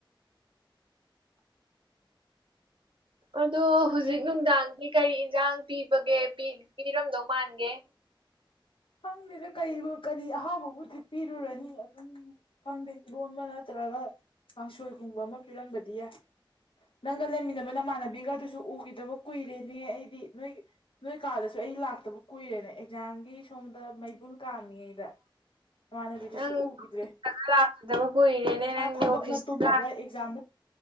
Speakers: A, on the right (about 70°); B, on the left (about 75°).
A: ꯑꯗꯣ ꯍꯨꯖꯤꯛ
B: ꯅꯣꯏꯒꯤ
A: ꯅꯨꯡꯗꯥꯡꯗꯤ ꯀꯔꯤ ꯏꯟꯖꯥꯡ ꯄꯤꯕꯒꯦ ꯄꯤ ꯄꯤꯔꯝꯗꯧ ꯃꯥꯟꯒꯦ
B: ꯈꯪꯗꯦꯗ ꯀꯔꯤꯕꯨ ꯀꯔꯤ ꯑꯍꯥꯎꯕꯕꯨꯗꯤ ꯄꯤꯔꯨꯔꯅꯤ ꯑꯗꯨꯝ ꯈꯪꯗꯦ ꯏꯔꯣꯟꯕ ꯅꯠꯇ꯭ꯔꯒ ꯀꯥꯡꯁꯣꯢꯒꯨꯝꯕ ꯑꯃ ꯄꯤꯔꯝꯕꯗꯤ ꯌꯥꯢ ꯅꯪꯒ ꯂꯩꯃꯤꯟꯅꯕ ꯅꯃꯥꯟꯅꯕꯤꯒꯗꯨꯁꯨ ꯎꯒꯤꯗꯕ ꯀꯨꯢꯔꯦꯅꯦ ꯑꯩꯗꯤ ꯅꯣꯢ ꯅꯣꯢ ꯀꯥꯗꯁꯨ ꯑꯩ ꯂꯥꯛꯇꯕ ꯀꯨꯢꯔꯦꯅ ꯑꯦꯛꯖꯥꯝꯒꯤ ꯁꯣꯝꯗ ꯃꯩꯕꯨꯟ ꯀꯥꯝꯃꯤꯉꯩꯗ ꯅꯃꯥꯟꯅꯕꯤꯗꯨꯁꯨ
A: ꯅꯪ
B: ꯎꯒꯤꯗ꯭ꯔꯦ
A: ꯂꯥꯛꯈꯤꯗꯕ ꯀꯨꯏꯔꯦꯅꯦ ꯅꯪꯗꯤ
B: ꯃꯥ ꯊꯕꯛꯅ
A: ꯑꯣꯐꯤꯁꯇ
B: ꯇꯨꯝꯃꯕ꯭ꯔꯥ ꯑꯦꯛꯖꯥꯝ